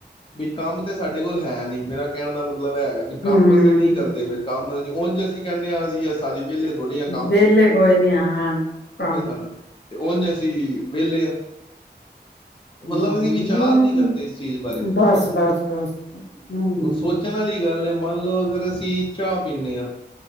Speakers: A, on the left; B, on the left.
A: ਵੀ ਕੰਮ ਤੇ ਸਾਡੇ ਕੋਲ ਹੈ ਨੀ ਮੇਰਾ ਕਹਿਣ ਦਾ ਮਤਲਬ ਮਤਲਬ ਹੈਗਾ ਵੀ ਕੰਮ
B: ਹੂੰ
A: ਅਸੀਂ ਨਹੀਂ ਕਰਦੇ ਪ ਕੰਮ ਅਸੀਂ ਉਝ ਅਸੀ ਕਹਿੰਦੇਾਂ ਅਸੀ ਸਾਰੀ ਵਹੇਲੇ ਥੋੜ੍ਹੀਆਂ
B: ਵਿਹਲੇ ਕੋਈ ਨੀ ਆਾਂ ਕ
A: ਸਾਨੂੰ ਤੇ ਉਝ ਅਸੀਂ ਵਿਹਲੇ ਹਾਂ ਮਤਲਬ
B: ਹ
A: ਅਸੀਂ ਵਿਚਾਰ ਨਹੀਂ ਕਰਦੇ ਇਸ ਚੀਜ਼ ਬਾਰੇ
B: ਬਸ ਬਸ ਬਸ ਹਮ
A: ਹੁਣ ਸੋਚਣ
B: ਹ
A: ਵਾਲੀ ਗੱਲ ਹੈ ਮੰਨ ਲਓ ਅਗਰ ਅਸੀਂ ਚਾਹ ਪੀਂਦੇ ਹਾਂ